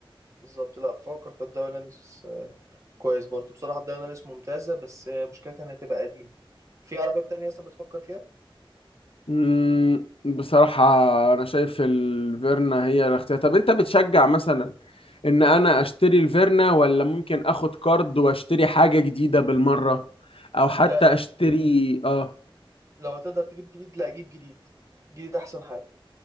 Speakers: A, on the right; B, on the left.
A: بالظبط لا بفكر في الدوري الهولندي آه، كويس برضه بصراحه الدوري الهولندي ممتازه بس آه، مشكلتها انها تبقى قديمه في عربيات تانية اصلا بتفكر فيها
B: مم، بصراحة أنا شايف الفيرنا هي الاختيار طب أنت بتشجع مثلا إن أنا أشتري الفيرنا ولا ممكن آخد كارد وأشتري حاجة جديدة بالمرة أو حتى
A: لا لا
B: أشتري آه
A: لو هتقدر تجيب جديد لا جيب جديد جديد احسن حاجه